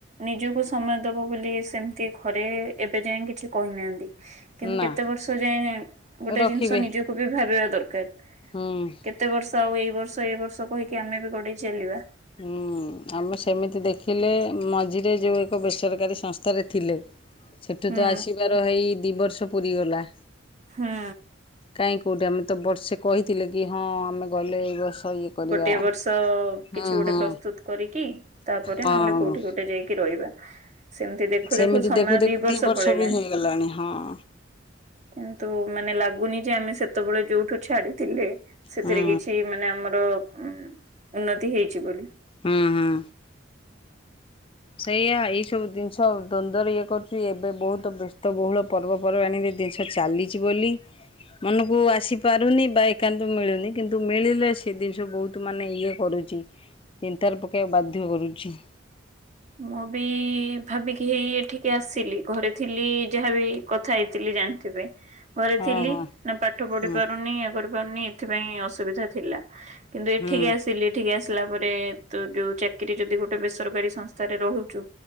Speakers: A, on the right (about 40°); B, on the left (about 30°).
A: ନିଜକୁ ସମୟ ଦବ ବୋଲି ସେମିତି ଘରେ ଏବେ ଯାଏଁ କିଛି କହିନାହାନ୍ତି। କିନ୍ତୁ
B: ନା
A: କେତେ ବର୍ଷ ଯାଏ ଗୋଟେ
B: ରଖିବେ
A: ଜିନିଷ ନିଜକୁ ବି ଭାବିବା ଦରକାର।
B: ହୁଁ।
A: କେତେ ବର୍ଷ ଆଉ ଏଇ ବର୍ଷ ଏଇ ବର୍ଷ କହିକି ଆମେ ବି ଗଡେଇ ଚାଲିବା।
B: ହୁଁ। ହୁଁ ଆମେ ସେମିତି ଦେଖିଲେ ମଝିରେ ଯେଉଁ ଏକ ବେସରକାରୀ ସଂସ୍ଥାରେ ଥିଲେ। ସେଠୁ
A: ହୁଁ
B: ତ ଆସିବାର ହେଇ ଦି ବର୍ଷ ପୁରି ଗଲା।
A: ହୁଁ।
B: କାହିଁ କେଉଁଠି ଆମେ ତ ବର୍ଷେ କହିଥିଲେ କି ହଁ ଆମେ ଗଲେ ଏଇ ବର୍ଷ ଇଏ କରିବା।
A: ଗୋଟିଏ ବର୍ଷ
B: ହଁ
A: କିଛି ଗୋଟେ
B: ହଁ
A: ପ୍ରସ୍ତୁତ କରିକି ତାପରେ
B: ହଁ।
A: ନହେଲେ କୋଉଠି ଗୋଟେ ଯାଇକି ରହିବା। ସେମିତି ଦେଖୁ
B: ସେମିତି
A: ଦେଖୁ ସମୟ
B: ଦେଖୁ
A: ଦି ବର୍ଷ ପଳେଇଲାଣି।
B: ବି ହେଇଗଲାଣି ହଁ।
A: କିନ୍ତୁ ମାନେ ଲାଗୁନି ଯେ ଆମେ ସେ ସେତେବେଳେ ଯୋଉଠୁ ଛାଡିଥିଲେ ସେଥିରେ
B: ହୁଁ
A: କିଛି ମାନେ ଆମର ହୁଁ ଉନ୍ନତି ହେଇଛି ବୋଲି।
B: ହୁଁ ହୁଁ। ସେଇୟା ଏଇ ସବୁ ଜିନିଷ ଦ୍ୱନ୍ଦରେ ଇଏ କରୁଛି ଏବେ ବହୁତ ବ୍ୟସ୍ତବହୁଳ ପର୍ବପର୍ବାଣୀ ନିଦିନ୍ସ ଚାଲିଛି ବୋଲି ମନକୁ ଆସି ପାରୁନି ବା ଏକାନ୍ତ ମିଳୁନି କିନ୍ତୁ ମିଳିଲେ ସେ ଜିନିଷ ବହୁତ ତୁ ମାନେ ଇଏ କରୁଛି ଚିନ୍ତାରେ ପକେଇବା ବାଧ୍ୟ କରୁଛି।
A: ମୁଁ ବି ଭାବିକି ହେଇ ଏଠିକି ଆସିଲି ଘରେ ଥିଲି ଯାହାବି କଥା ହେଇଥିଲି ଜାଣିଥିବେ। ଘରେ
B: ହଁ
A: ଥିଲି
B: ହଁ
A: ନା ପାଠ ପଢି
B: ହୁଁ
A: ପାରୁନି ଇଏ କରି ପାରୁନି ଏଥିପାଇଁ ଅସୁବିଧା ଥିଲା। କିନ୍ତୁ ଏଠିକି
B: ହୁଁ
A: ଆସିଲି ଏଠିକି ଆସିଲା ପରେ ତ ଯୋଉ ଚାକିରୀ ଯଦି ଗୋଟେ ବେସରକାରୀ ସଂସ୍ଥା ସାରେ ରହୁଛୁ